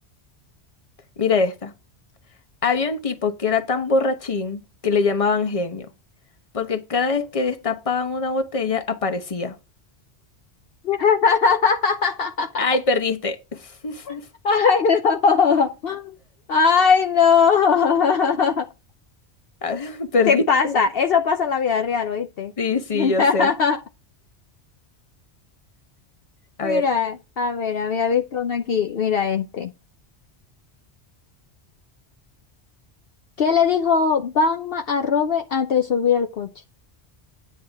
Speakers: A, on the left (about 30°); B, on the left (about 60°).
A: Mira esta. Había un tipo que era tan borrachín que le llamaban genio, porque cada vez que destapaban una botella aparecía.
B: <laughs>
A: ¡Ay, perdiste! <laughs>
B: <laughs> ¡Ay, no! ¡Ay, no! <laughs>
A: Ah, Perdiste.
B: Se pasa, eso pasa en la vida real, ¿oíste?
A: Sí, sí,
B: <laughs>
A: yo sé. A
B: Mira,
A: ver,
B: a ver, había visto uno aquí, mira este. ¿Qué le dijo Batman a Robin antes de subir al coche?